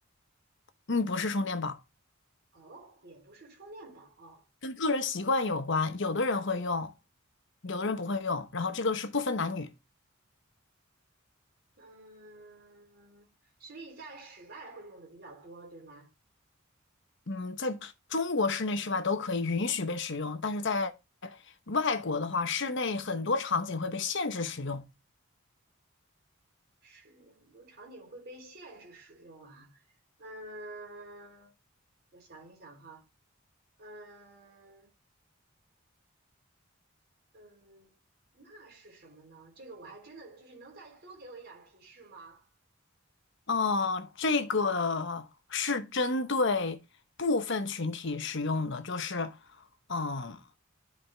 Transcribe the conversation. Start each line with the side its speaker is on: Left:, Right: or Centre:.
Left: 嗯，不是充电宝。
Right: 哦，也不是充电宝，
Left: 跟个人习惯有关，有的人会用，有的人不会用，然后这个是不分男女，
Right: 嗯，所以在室外会用的比较多，对吗？
Left: 嗯，在中国室内室外都可以允许被使用，但是在外国的话，室内很多场景会被限制使用。
Right: 室内很多场景会被限制使用啊，嗯，我想一想哈，嗯嗯，那是什么呢？这个我还真的就是能再多给我一点提示吗？
Left: 哦，这个是针对部分群体使用的，就是，嗯。